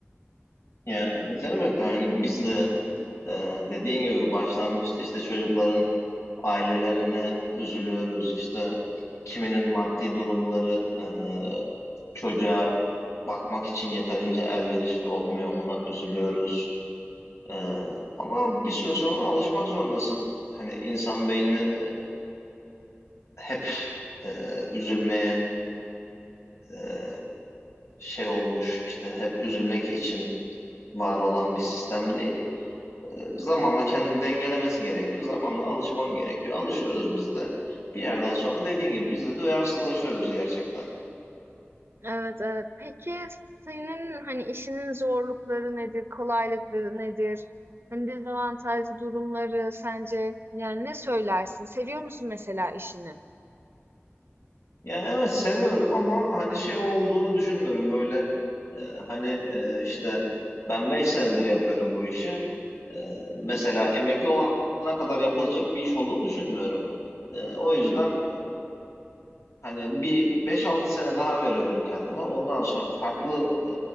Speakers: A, on the left; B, on the right.
A: Ya evet elbette hani biz de e, dediğin gibi başlangıçta işte çocukların ailelerine üzülüyoruz. işte kiminin maddi durumları e, çocuğa bakmak için yeterince elverişli olmuyor. Ona üzülüyoruz. Ee, ama bir süre sonra alışmak zorundasın. Hani insan beyni e, hep e, üzülmeye e, şey olmuş. işte hep üzülmek için var olan bir sistem değil. E, zamanla kendini dengelemesi gerekiyor. Zamanla alışman gerekiyor. Alışıyoruz biz de. Bir yerden sonra dediğin gibi biz de duyarsızlaşıyoruz gerçekten.
B: Evet, evet. Peki senin hani işinin zorlukları nedir, kolaylıkları nedir? Hani dezavantajlı durumları sence yani ne söylersin? Seviyor musun mesela işini?
A: Ya evet seviyorum ama hani şey olduğunu düşünmüyorum. Böyle e, hani e, işte ben 5 senedir yapıyorum bu işi. E, mesela emekli olana kadar yapılacak bir iş olduğunu düşünmüyorum. E, o yüzden
B: Hmm,
A: hani bir beş altı sene daha veriyorum kendime. Ondan sonra farklı e,